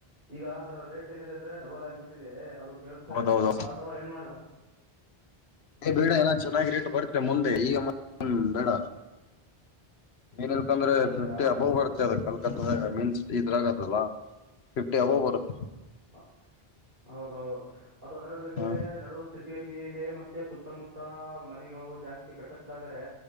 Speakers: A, on the right; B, on the left.
A: ಈಗ ಅದರ ರೇಟ್ ಏನಿದೆ ಅಂದ್ರೆ ಡಬಲ್ ಆಗಿಬಿಟ್ಟಿದೆ ಅದು. ಕೇಳ್ತಾರೆ
B: ಹೌದೌದ
A: ಮಾರ್ಲ ಅಥವಾ ಏನ್ ಮಾಡ್ಲಾ. <inaudible>
B: ಏ ಬೇಡ ಏನನ್ ಚೆನ್ನಾಗಿ ರೇಟ್ ಬರ್ತೆ ಮುಂದೆ ಈಗ ಮಾ ನು ಬೇಡ. ಏನಿಲ್ಕಂದ್ರ
A: ಹಂಗಂದಿರಾ
B: ಫಿಫ್ಟಿ ಅಬೌ ಬರತ್ತೆ ಅದಕ್ಕೆಲ್ಲ. ಮೀನ್ಸ್ ಇದ್ರಾಗದಲ್ಲ ಫಿಫ್ಟಿ ಅಬೊವೆ ಬರತ್ತೆ.
A: ಹ ಹೌದೌದು ಅದು ಅದರಲ್ಲಿ ಬೇರೆ
B: ಹಾ
A: ನಡುವ ಸಿ ಟಿಯಲ್ಲಿ ಇದೆ ಮತ್ತೆ ಸುತ್ತಮುತ್ತ ಮನೆಗಳು ಜಾಸ್ತಿ ಕಟ್ಟತ್ತದರೆ.